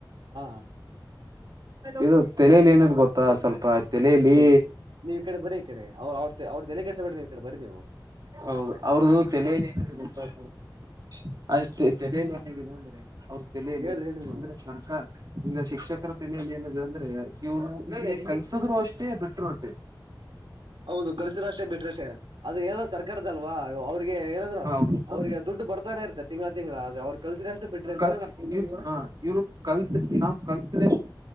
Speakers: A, on the right; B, on the right.
A: ಹಾ
B: ಇದು ತೆಲೆಲಿ ಏನದ ಗೊತ್ತಾ, ಸ್ವಲ್ಪ ತೆಲೆಲಿ,
A: ನೀವು ಈ ಕಡೆ ಬರೀ ಈಕಡಿ ಅವ್ರ ಅವ್ರ ಅವ್ರ್ದತೆಲೆ ಕೆಡೇಸ ಬೇಡ್ರಿ ನೀವು ಈ ಕಡೆ ಬರಿ ನೀವು.
B: ಹೌದು ಅವ್ರ್ದ ತಲೆಯಲ್ಲಿ ಏನಿದೆ ಗೊತ್ತಾ ಸ್ವಲ್ಪ, ಅ ತೆಲೆಲಿ ಏನಿದೆ ಅಂದ್ರೆ ಅವ್ರ ತೆಲೆಲಿ
A: ಹೇಳ್ರಿ ಹೇಳ್ರಿ
B: ಅಂದ್ರೆ ಸರ್ಕಾರ, ಈಗ ಶಿಕ್ಷಕರ ತಲೆಯಲ್ಲಿ ಏನ ಇದೆ ಅಂದ್ರೆ ಇವ್ರು ಕಲ್ಸುದ್ರು ಅಷ್ಟೇ ಬಿಟ್ಟರು ಅಷ್ಟೆ.
A: ಹೌದು ಕಲ್ಸರ ಅಷ್ಟೇ ಬಿಟ್ರಷ್ಟೇ ಅದು ಏನ ಸರ್ ಕರ್ದಲ್ವಾ ಅವ್ರಿಗೆ ಏನಾದ್ರು
B: ಹೌದು
A: ಅವ್ರಿಗೆ ದುಡ್ಡು ಬರ್ತಾನೆ ಇರ್ತೆ ತಿಂಗಳ ತಿಂಗಳ ಆದ್ರೆ ಅವ್ರು ಕಲಿಸಿದ್ರ ಎಷ್ಟು ಬಿಟ್ರೆ ಎಷ್ಟು
B: ವ ಹ ಇವ್ರು ಕಲ್ತ್ ನಾವು ಕಲ್ತ್ಲಎಷ್ಟ